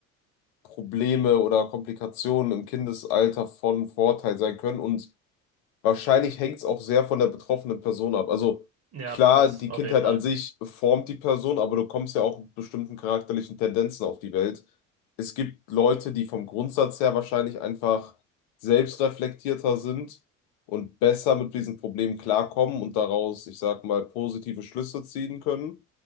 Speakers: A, on the left (about 60°); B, on the right (about 35°).
A: Probleme oder Komplikationen im Kindesalter von Vorteil sein können und Wahrscheinlich hängt es auch sehr von der betroffenen Person ab. Also
B: Ja,
A: klar,
B: das
A: die
B: auf
A: Kindheit
B: jeden Fall.
A: an sich formt die Person, aber du kommst ja auch mit bestimmten charakterlichen Tendenzen auf die Welt. Es gibt Leute, die vom Grundsatz her wahrscheinlich einfach selbstreflektierter sind und besser mit diesen Problemen klarkommen und daraus, ich sag mal, positive Schlüsse ziehen können.